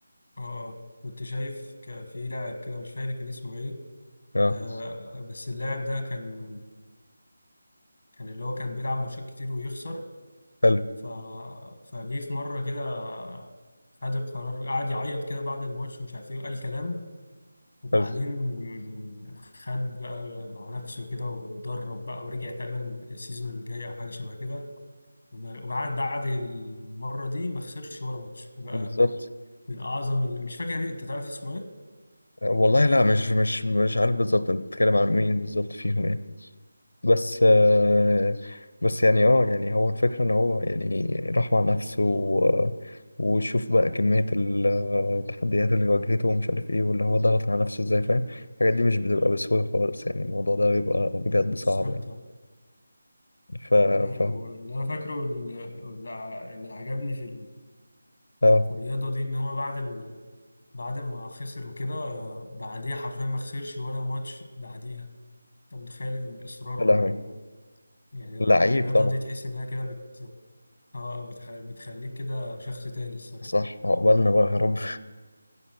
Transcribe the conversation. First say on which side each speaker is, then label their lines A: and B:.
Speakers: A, on the left; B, on the left.
A: آه، آه، كنت شايف ك- في لاعب كده مش فاكر كان اسمه ايه
B: اه
A: آه بس اللاعب ده كان كان اللي هو كان بيلعب ماتشات كتير ويخسر
B: حلو
A: ف... فجه في مرة كده خد القرار قعد يعيط كده بعد الماتش ومش عارف ايه وقال كلام وبعدين
B: حلو
A: خد بقى مع نفسه كده واتدرب بقى ورجع تقريبا السيزون اللي جاي او حاجة شبه كده وما- وبعد بعد المرة دي ما خسرش ولا ماتش وبقى
B: بالظبط
A: من من اعظم ال- مش فاكر يعني، انت تعرف اسمه ايه؟
B: والله لا مش مش مش عارف بالظبط انت بتتكلم عن مين بالظبط فيهم يعني بس آه، بس يعني اه يعني هو الفكرة ان هو يعني راح مع نفسه و- وشوف بقى كمية ال- التحديات اللي واجهته ومش عارف ايه واللي هو ضغط على نفسه ازاي فاهم الحاجات دي مش بتبقى بسهولة خالص يعني الموضوع ده بيبقى بجد
A: بالظبط
B: صعب يعني
A: أه.
B: ف
A: أيوة،
B: ف
A: هو اللي انا فاكره اللي اللي ع- اللي عجبني في
B: اه
A: فالرياضة دي إن هو بعد ال... بعد ما خسر وكده آه، بعديها حرفيا ما خسرش ولا ماتش بعديها أنت متخيل الإصرار
B: يا
A: وال
B: لهوي
A: يعني
B: لعيب
A: الرياضة
B: طبعا
A: دي تحس إنها كده بت آه بتخ... بتخليك كده شخص تاني الصراحة
B: صح عقبالنا بقى يا رب